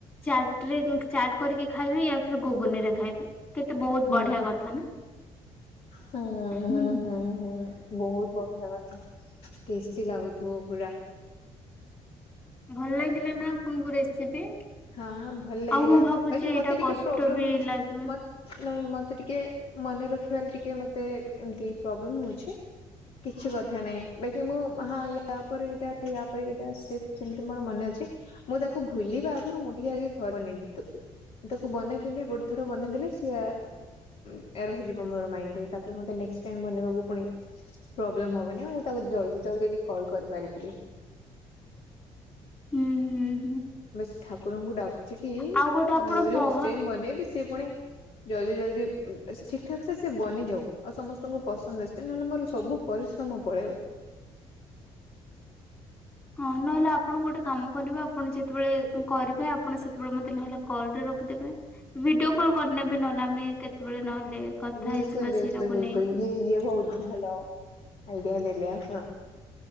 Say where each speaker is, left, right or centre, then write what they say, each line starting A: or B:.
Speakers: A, on the left; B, on the left.
A: ଚାଟ୍ରିଙ୍ଗି ଚାଟ୍ କରିକି ଖାଇବେ ୟା ଫିର୍ ଗୁଗୁନିରେ ଖାଇବେ। କେତେ ବହୁତ
B: ହଁ
A: ବଢିଆ କଥା ନା।
B: ହଁ ହଁ ହଁ
A: ହୁଁ।
B: ହଁ ହଁ। ବହୁତ ବଢିଆ କଥା ଟେଷ୍ଟି ଲାଗୁଥୁବ ପୁରା।
A: ଭଲ ଲାଗିଲା ନା ଆପଣଙ୍କୁ ରେସିପି।
B: ହଁ ଭଲ ଲାଗିଲା
A: ଆଉ ମୁଁ ଭାବୁଛି
B: ବାକି
A: ଏଇଟା
B: ମତେ ଟିକେ
A: କଷ୍ଟ
B: ପ୍ରୋବ୍ଲେମ
A: ବି
B: ହଉଚି
A: ଲାଗିବ
B: ମ ନାଇଁ ମତେ ଟିକେ ମନେ ରଖିବାରେ ଟିକେ ମତେ ଏମିତି ପ୍ରୋବ୍ଲେମ ହଉଛି। କିଛି କଥା ନାଇଁ ବାକି ମୁଁ ହଁ ୟା ପରେ ଏଇଟା। ୟା ପରେ ଏଇଟା ଷ୍ଟେପ୍ ସେମତି ମୋର ମନେ ଅଛି ମୁଁ ତାକୁ ଭୁଲିବା। ଥରୁ ମୁଁ ଟିକେ ଆଗେ ଘ ବନେଇବି ତାକୁ ତାକୁ ବନେଇଦେଲେ ଗୋଟେ ଥର ବନେଇଦେଲେ ସିଆ। ହୁଁ ଏୟା ରହିଯିବ ମୋର ମାଇଣ୍ଡରେ ତା ମତେ ନେକ୍ସ ଟାଇମ୍ ବନେଇବାକୁ ପୁଣି ପ୍ରୋବ୍ଲେମ ହବନି ମୁଁ ତାକୁ ଜଲଦି ଜଲଦି ଟି କଲ୍ କରିପାରିବି।
A: ହୁଁ ହୁଁ ହୁଁ।
B: ବାସ୍ ଠାକୁରଙ୍କୁ ଡାକୁଛି କି
A: ଆଉ ଗୋଟେ ଆପଣ
B: ମୁଁ ଯୋଉ
A: ପହା
B: ଷ୍ଟେମ୍ ବନେଇବି ସିଏ ପୁଣି। ଜଲଦି ଜଲଦି ଠିକ୍ ଠାକସେ ସେ ବନିଯାଉ ଆଉ ସମସ୍ତଙ୍କୁ ପସନ୍ଦ ଆସୁ ତେଣୁ ନହେଲେ ମୋର ସବୁ। ପରିଶ୍ରମ ପଳେଇବ।
A: ହଁ ନହେଲେ ଆପଣ ଗୋଟେ କାମ କରିବେ ଆପଣ ଯେତେବେଳେ କରିବେ ଆପଣ ସେତେବେଳେ ମତେ ନହେଲେ କଲରେ ରଖିଦେବେ। ଭିଡିଓ କଲ୍ କରିନେବେ ନହେଲେ ଆମେ କେତେବେଳେ ନହେଲେ କଥା
B: ବିଲକୁଲ
A: ହେଇଯିବା
B: ବିଲକୁଲ
A: ସେରାକୁ
B: ବିଲକୁଲ
A: ନେଇକି।
B: ଇଏ ଇଏ ବହୁଳୁ ଭଲ ଆଇଡିଆ ଦେଲେ ଆପଣ।